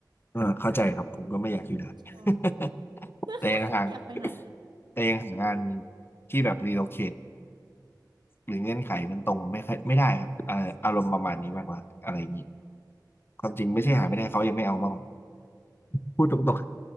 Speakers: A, on the left; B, on the right.
A: เออเข้าใจครับผมก็ไม่อยากอยู่นาน
B: ใช่
A: <laughs> แต่ยังหาง
B: <laughs> อยากไปไหนคะ
A: แต่ยังหางานที่แบบรีโลเคทหรือเงื่อนไขมันตรงไม่ค่อยไม่ได้ครับเอ่ออารมณ์ประมาณนี้มากกว่าอะไรอย่างนี้ความจริงไม่ใช่หาไม่ได้เขายังไม่เอามากกว่า
B: อืม
A: พูดตรง